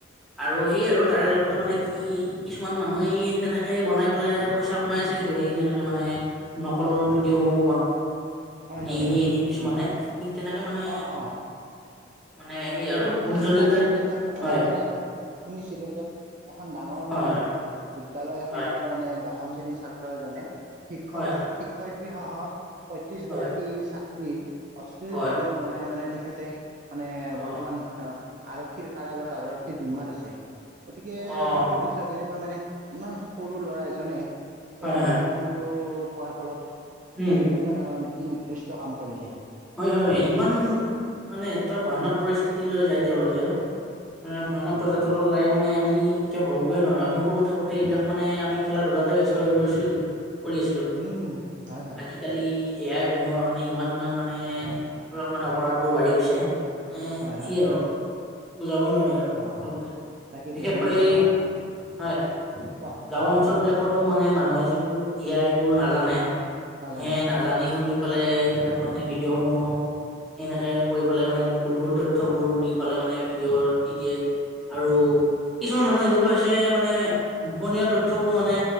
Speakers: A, in the centre; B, on the right.
A: আৰু সেই আৰু তাৰে লগতে মানে কি কিছুমান মানুহেই তেনেক সেই বনাই পেলাই পইচা কমাই আছে কিন্তু এই তেনেকে মানে নকল ভিডিঅ'সমূহ
B: হয় হয় হয় হয়
A: এনে
B: হয়
A: এনেই কিছুমানে
B: ঠিকেই
A: থিক তেনেকে মানে
B: অ অ
A: মানে আৰু
B: এই মই
A: ভুল
B: কেইদিন
A: জৰিয়তে
B: মান আগত এটা ঘটনা
A: হয়
B: মানে শুনিছিলো যে এখন ডাঙ ঙৰ
A: হয়
B: মানে
A: হয়
B: বিদ্যালয় এখনৰ
A: হয়
B: মানে দশম শ্ৰেণীৰ ছাত্ৰ এজনে শিক্ষক-শিক্ষয়িত্ৰী
A: হয় হয়
B: সহ পয়ত্ৰিশ
A: হয়
B: গৰাকী
A: হয়
B: ছাত্ৰীৰ অশ্লীল
A: হয়
B: ভিডিঅ' বনাই মানে তেখেতে মানে
A: অ
B: বৰ্তমান আহ আৰক্ষীৰ কাৰাগাৰৰ আৰক্ষীৰ জিম্মাত আছে। গতিকে
A: অ ইমান
B: যে ভাবিছো কেনেকৈ মানে ইমান সৰু ল'ৰা এজনে
A: হয়
B: এই মোবাইল
A: হয়
B: ফোনটো পোৱাৰ ফলত
A: উম
B: মানে কেনেকুৱা ধৰণৰ কি নিকৃষ্ট কাম কৰিছে।
A: হয়-হয় ইমান মানে এটা ভয়ানক পৰিস্থিতিলৈ যায় তেওঁলোকে মানে ভয়ানক
B: উম
A: পৰ্যটনৰ লাৰি মানে আমি কেতিয়া ভাবিবই নো আমি সৰু থাকোতে এইবাক মানে আমি খেলা ধূলাতে ব্যস্ত হৈ পৰিছিলো কিন্তু কৰি আছিলো
B: উম উম হয় হয়
A: আজিকালি এয়াই সমোৰ কাৰণে ইমান ইমান মানে এইবিলাক মানে অপৰাধ বোৰ বাঢ়ি গৈছে। মানে
B: হয় হয়
A: স আৰু বুজাবই নোৱাৰি আৰু
B: অ
A: সফলতে
B: তাকেইতো
A: বিশেষকৈ,
B: মানে আমাৰ
A: হয়
B: কোৱা
A: গাও অঞ্চল বিলাক তো মানে মানুহে যত এ আইবোৰ নাজানে
B: নাজানে
A: এ আই নাজানি শুনি ফেলে সেইবিলাক মানে ভিডিঅ'সমূহ এনেকে কৰি পেলাই মানে ভূল ভূল তথ্যবোৰ দি পালে মানে ভিডিঅ' দি দিয়ে আৰু কিছুমান মানুহ এনেকুৱা হৈছে মানে গোপনীয় তথ্যবোৰ মানে